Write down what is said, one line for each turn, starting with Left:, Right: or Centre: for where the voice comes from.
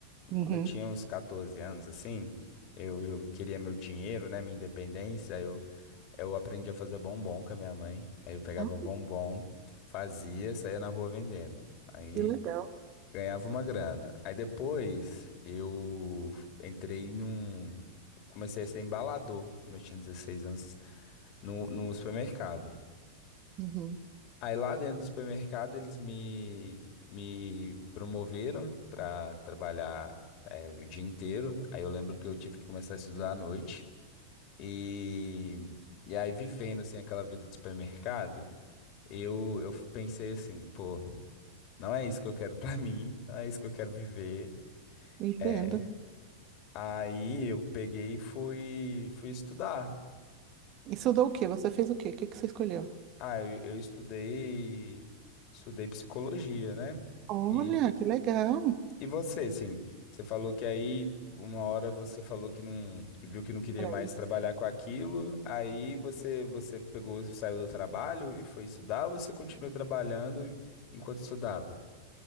Right: Uhum.
Left: Quando eu tinha uns 14 anos, assim, eu, eu queria meu dinheiro, né, minha independência, eu, eu aprendi a fazer bombom com a minha mãe. Aí eu pegava
Right: Ah,
Left: o bombom, fazia, saía na rua vendendo. Aí
Right: que legal.
Left: ganhava uma grana. Aí depois eu entrei num... Comecei a ser embalador quando eu tinha 16 anos no, no supermercado.
Right: Uhum.
Left: Aí lá dentro do supermercado eles me, me promoveram para trabalhar é, o dia inteiro. Aí eu lembro que eu tive que começar a estudar à noite. E, e aí vivendo assim aquela vida de supermercado, eu, eu pensei assim, pô, não é isso que eu quero para <laughs> mim, não é isso que eu quero viver.
Right: Entendo.
Left: É. Aí eu peguei e fui, fui estudar.
Right: Isso dá o quê? Você fez o quê? O que que você escolheu?
Left: Ah, eu, eu estudei, estudei psicologia, né?
Right: Olha,
Left: E
Right: que legal.
Left: E você, assim, você falou que aí uma hora você falou que não, que viu que não queria
Right: Peraí.
Left: mais trabalhar com aquilo, aí você você pegou, saiu do trabalho e foi estudar, ou você continuou trabalhando enquanto estudava?